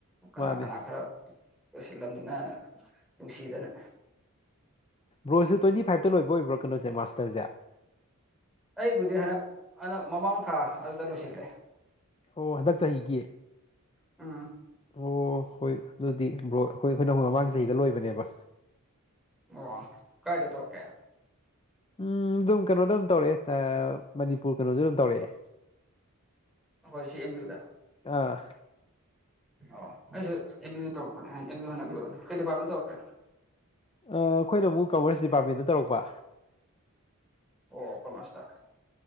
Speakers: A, in the centre; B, on the left (about 25°).
A: ꯀꯅꯥ
B: ꯃꯥꯅꯦ
A: ꯀꯅꯥ ꯈꯔ ꯂꯣꯏꯁꯤꯜꯂꯝꯅꯤ ꯅꯥꯅ ꯅꯨꯡꯁꯤꯗꯅ
B: ꯕ꯭ꯔꯣꯟꯖꯁꯨ ꯇ꯭ꯋꯦꯟꯇꯤ ꯐꯥꯏꯚ ꯂꯣꯏꯕ ꯑꯣꯏꯕ꯭ꯔ ꯀꯣꯁꯦ ꯃꯥꯁꯇꯔꯁꯦ
A: ꯑꯩꯕꯨꯗꯤ ꯍꯟꯗꯛ ꯍꯟꯛ ꯃꯃꯥꯡ ꯊꯥ ꯑꯗꯨꯗ ꯂꯣꯏꯁꯤꯜꯂꯦ
B: ꯑꯣ ꯍꯟꯗꯛ ꯆꯍꯤꯒꯤ
A: ꯎꯝ
B: ꯑꯣ ꯍꯣꯏ ꯑꯗꯨꯗꯤ ꯕ꯭ꯔꯣꯛ ꯑꯩꯈꯣꯏ ꯑꯩꯈꯣꯏꯅ ꯑꯩꯈꯣꯏ ꯃꯃꯥꯡꯒꯤ ꯆꯍꯤꯗ ꯂꯣꯏꯕꯅꯦꯕ
A: ꯑꯣ ꯀꯖ ꯇ ꯑꯣꯀꯦ
B: ꯎꯝ ꯑꯗꯨꯝ ꯀꯩꯅꯣꯗ ꯑꯗꯨꯝ ꯇꯧꯔꯛꯑꯦ ꯃꯅꯤꯄꯨꯔ ꯀꯩꯅꯣꯗ ꯑꯗꯨꯝ ꯇꯧꯔꯛꯑꯦ
A: ꯍꯣꯏ ꯁꯤ ꯑꯦꯝ ꯨꯗ
B: ꯑꯥ
A: ꯑꯣ ꯑꯩꯁꯨ ꯑꯦꯝ ꯑꯦ ꯇꯧꯔꯛꯄꯅꯦ ꯑꯦꯝ ꯑꯦ ꯍꯕ ꯀꯔꯤ ꯗꯤꯄꯥꯔꯠꯃꯦꯟ ꯇꯧꯛꯀꯦ
B: ꯑꯩꯈꯣꯏꯅ ꯑꯃꯨꯛ ꯀꯃꯔꯁ ꯗꯤꯄꯥꯔꯠꯃꯦꯟꯗ ꯇꯧꯔꯛꯄ
A: ꯑꯣ ꯀꯃꯁꯇ